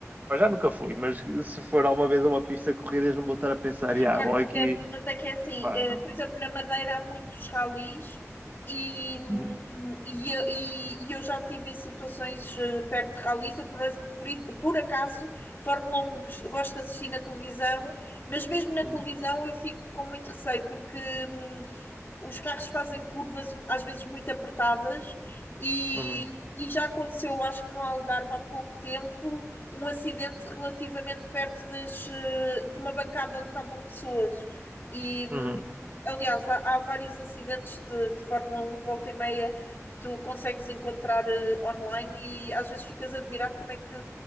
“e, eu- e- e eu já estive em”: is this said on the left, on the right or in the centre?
Left